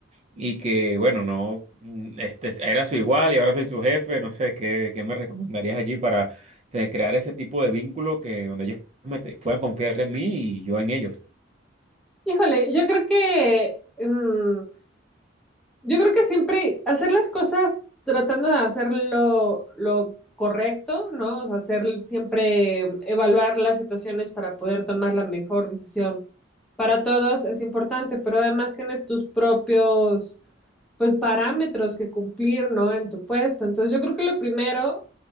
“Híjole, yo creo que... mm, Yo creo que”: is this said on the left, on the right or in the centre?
Centre